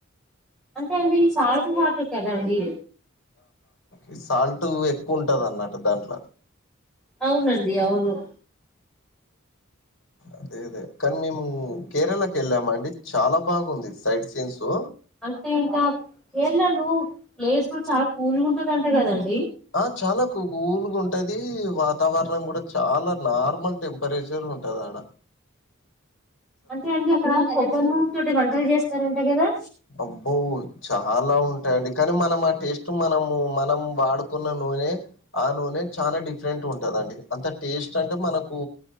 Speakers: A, in the centre; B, on the left (about 65°).
A: అంటే అండి, సాల్ట్ వటర్ కదండి.
B: ఈ సాల్టు ఎక్కువ ఉంటది. అన్నట్ దంట్లా
A: అవునండి అవును
B: అదే అదే కానీ మేము కేరళకి ఏళ్ళమండి, చాలా బాగుంది సైడ్ సిన్సు.
A: అంటే ఇంకా కేరళలు ప్లేస్ కూడా చాలా కూల్ గుంటదంట గదాన్.
B: ఆ చాలా కులుగుంటది. వాతావరణం కూడా చాలా నార్మల్ టెంపరేచర్గ్ ఉంటద అడా.
A: అంటే అండి, అక్కడ కొబ్బరు నూన్ తోటి వంటలు జేస్తారంటా గదా.
B: అబ్బో చాలా ఉంటాయండి. కానీ మనం ఆ టేస్ట్ మనము మనం వాడుకున్నన్ నూనె ఆ నూనె చానా డిఫరెంట్ ఉంటదండి. అంత టేస్ట్ అంటే మనకు